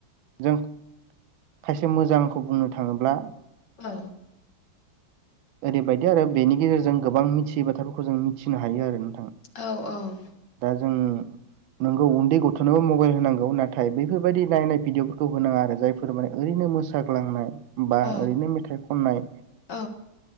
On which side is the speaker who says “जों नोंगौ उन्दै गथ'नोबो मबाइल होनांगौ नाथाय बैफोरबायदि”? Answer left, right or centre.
Right